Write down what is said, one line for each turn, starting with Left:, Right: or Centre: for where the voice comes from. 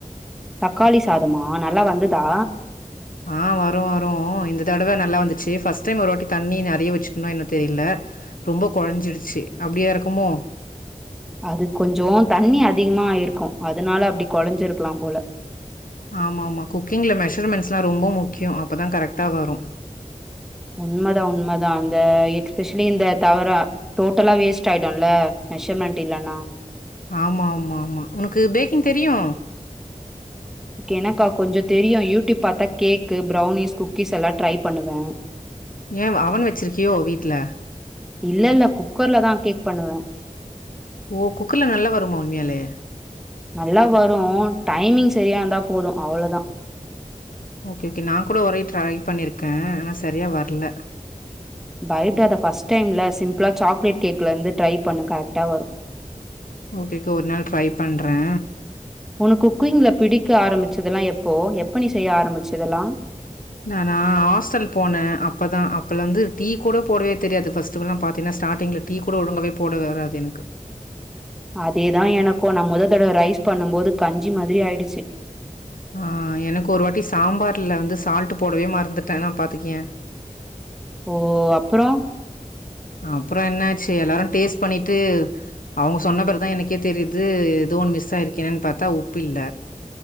Centre: தக்காளி சாதமா நல்லா வந்து‌தா
Left: ஆ வரு வரு இந்த தடவ நல்லா வந்துச்சு ஃபர்ஸ்ட் டைம் ஒரு வாட்டி தண்ணி நெறயா வச்சுட்டன்னோ என்ன தெரில ரொம்ப குழஞ்சிடுச்சு அப்டியா இருக்குமோ
Centre: அது கொஞ்சோ தண்ணி அதிகமாயிருக்கு அதனால அப்டி கொழஞ்சிருக்லா போல
Left: ஆமாமா குக்கிங்ல மெஷர்மெண்ட்ஸ்லா ரொம்ப முக்கியோ அப்பதா கரெக்டா வரு
Centre: உண்மதா உண்மதா இந்த எக்ஸ்பெஷலி இந்த தவ்றா டோட்டலா வேஸ்ட் ஆயிடுல மெஷர்மென்ட் இல்லனா
Left: ஆமாமா ஆமா உனக்கு பேக்கிங் தெரியு
Centre: எனக்கா கொஞ்சோ தெரியு யூடியூப் பாத்தா கேக்கு ப்ரௌனிஸ் குக்கீஸ் எல்லா ட்ரை பண்ணுவே
Left: ஏ வ அவன் வச்ருக்கியோ வீட்ல
Centre: இல்ல இல்ல குக்கர்ல தா கேக் பண்ணுவே
Left: ஓ குக்குர்ல நல்லா வருமா உண்மியாலே
Centre: நல்லா வரு டைமிங் சரியா இருந்தா போது அவ்ளோதா
Left: ஓகே ஓகே நா கூட ஒரே ட்ரை பண்ணிருக்கே ஆனா சரியா வர்ல
Centre: பைப்டாத ஃபர்ஸ்ட் டைம்ல சிம்பிளா சாக்லேட் கேக்லந்து ட்ரை பண்ணு கரெக்டா வரு
Left: ஓகேக்கோ ஒர் நாள் ட்ரை பண்றே
Centre: உனுக் குக்கிங்ல பிடிக்க ஆரம்பிச்சுதுலா எப்போ எப்ப நீ செய்ய ஆரம்பிச்சுதுலா
Left: நானா ஹாஸ்டல் போனே அப்பதா அப்பலந்து டீ கூட போட்வே தெரியாது ஃபர்ஸ்ட்டுல்லா பாத்தினா ஸ்டாடிங்ல டீ கூட ஒழுங்காவே போட வராது எனக்கு
Centre: அதேதா எனக்கு நா மொத தடவ ரைஸ் பண்ணும்போது கஞ்சி மாதிரி ஆயிடுச்சு
Left: ஆ எனக்கு ஒரு வாட்டி சாம்பார்ல வந்து சால்ட் போடவே மறந்துட்டெனா பாத்துக்கயே
Centre: ஓ அப்புறோ
Left: அப்றோ என்ன ஆச்சு எல்லாரு டேஸ் பண்ணிட்டு அவங்க சொன்ன பரு தா எனக்கே தெரிது எதோ ஒன் மிஸ்ஸாய் இருக்கேன் பாத்தா உப்பு இல்ல